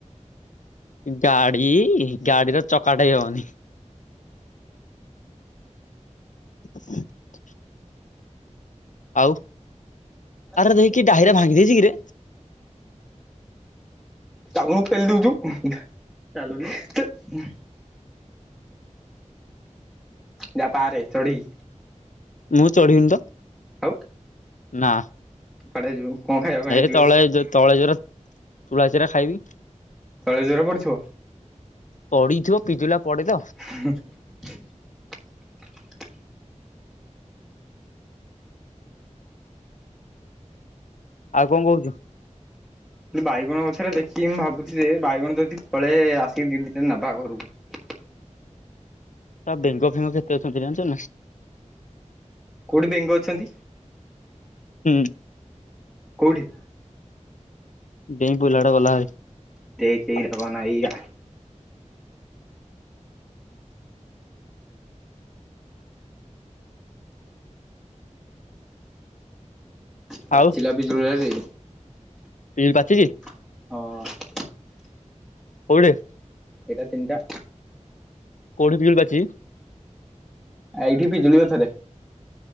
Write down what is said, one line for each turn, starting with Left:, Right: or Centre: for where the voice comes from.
Left: ଗାଡି ଗାଡିର ଚକାଟାଏ ହେବନି। <inaudible> ଆଉ?
Centre: ହଁ।
Left: ଆରେ ଦେଇକି ଡାହିରା ଭାଙ୍ଗି ଦେଇଛି କିରେ
Centre: ଚାଲୁନୁ ପେଲି ଦଉଚୁ ଚାଲୁନୁ ଚାଲ। ଯା ପାରେ ଚଢିକି
Left: ମୁଁ ତୋଳିନି ତ।
Centre: ଆଉ
Left: ନା।
Centre: କୁଆଡେ ଯିବୁ? କଣ ଖାଇବା ପାଇଁ
Left: ଏ
Centre: ଯିବୁ
Left: ତଳେ
Centre: ଆଉ
Left: ଯଉ ତଳେ ଜୋର ତୁଳା ଚିରା ଖାଇବି।
Centre: ତଳେ ଜୋରା ପଡିଥିବ।
Left: ପଡିଥିବ ପିଜୁଲା ପଡେ ତ
Centre: <unintelligible>
Left: ଆଉ କଣ କହୁଛୁ?
Centre: କି ବାଇଗଣ ଗଛରେ ଦେଖିକି ମୁଁ ଭାବୁଛି ଯେ ବାଇଗଣ ଯଦି ଫଳେ ଆସିକି ଦି ଦିଟା ନେବ। ବାହାଘରକୁ।
Left: ତା ବେଙ୍କ ଫେଙ୍କ କେତେ ଅଛନ୍ତି ଜାଣିଛ ନା?
Centre: କୋଉଠି ବେଙ୍ଗ ଅଛନ୍ତି?
Left: ହୁଁ
Centre: କୋଉଠି?
Left: ଡେଇଁ ପଇଲା ଏଟା ଗଲା ହାରି
Centre: ଦେଖ ଏଇରା କହନା ଏଇରା ପାଚିଲା
Left: ଆଉ
Centre: ପିଜୁଳିରା ରେ
Left: ପିଜୁଳି ପାଚିଛି।
Centre: ହଁ।
Left: କୋଉଠି?
Centre: ଏଇଟା ତିନିଟା।
Left: କଉଠି ପିଜୁଳି ପାଚି?
Centre: ଏଇଠି ପିଜୁଳି ଗଛରେ।